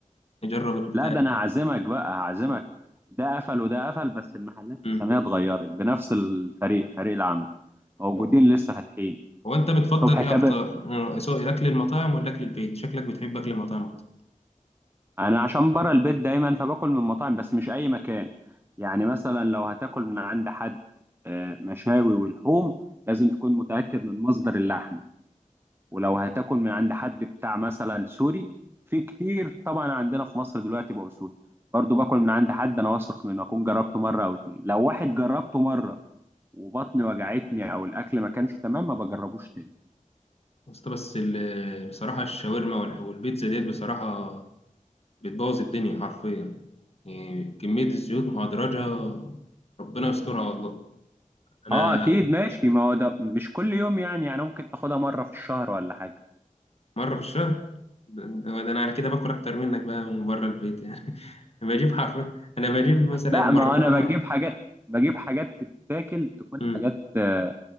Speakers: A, on the left; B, on the right.
A: نجرب البتاع
B: لا ده
A: دي
B: أنا هعزمك بقى هعزمك
A: خلصان.
B: ده قفل وده قفل بس المحلات
A: مم.
B: أساميها اتغيرت بنفس الفريق فريق العمل موجودين
A: مم.
B: لسه فاتحين
A: هو انت بتفضل
B: صبحي
A: ايه
B: كابر
A: اكتر آه، سواء الاكل المطاعم ولا اكل البيت شكلك بتحب اكل المطاعم اكتر
B: أنا عشان بره البيت دايما فباكل من مطاعم بس مش أي مكان يعني مثلا لو هتاكل من عند حد آه، مشاوي ولحوم لازم تكون متأكد من مصدر اللحم ولو هتاكل من عند حد بتاع مثلا سوري في كتير طبعا عندنا في مصر دلوقتي بقوا سوري برضو باكل من عند حد انا واثق منه اكون جربته مره او اتنين لو واحد جربته مره وبطني وجعتني او الاكل ما كانش تمام ما بجربوش تاني
A: بس بس ال- بصراحه الشاورما وال- والبيتزا ديت بصراحه بتبوظ الدنيا حرفيا يعني كميه الزيوت مهدرجه ربنا يسترها والله انا
B: اه اكيد ماشي ما هو ده مش كل يوم يعني يعني ممكن تاخدها مره في الشهر ولا حاجه
A: مره في الشهر ده ده انا على كده باكل اكتر منك بقى من بره البيت يعني <laughs> بجيب حرفيا انا بجيب مثلا
B: لا
A: مره
B: ما انا
A: اه
B: بجيب حاجات بجيب حاجات تتاكل تكون
A: امم
B: حاجات آه،